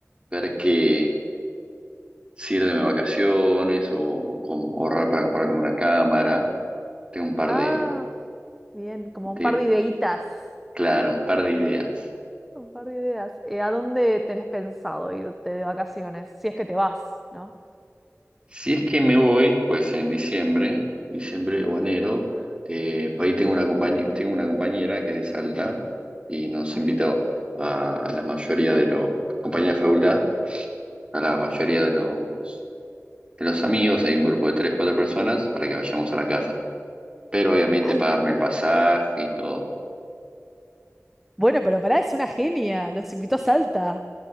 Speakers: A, on the right (about 20°); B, in the centre.
A: ver qué sirve de vacaciones o com- ahorrar para comprarme una cámara. Tengo un par
B: Ah,
A: de,
B: bien, como un
A: de-
B: par de ideitas.
A: claro, un par de ideas.
B: Un par de ideas. Eh, ¿a dónde tenés pensado irte de vacaciones? Si es que te vas, ¿no?
A: Si es que me voy, pues en diciembre, diciembre o enero, eh, por ahí tengo una compañía, tengo una compañera que es de Salta y nos
B: Ajá.
A: invitó a la mayoría de los, compañía de facultad, a la mayoría de los, de los amigos, hay un grupo de tres, cuatro personas para que vayamos a la casa. Pero obviamente
B: Ay,
A: pagarme el pasaje y todo.
B: bueno, pero pará, es una genia. Los invitó a Salta.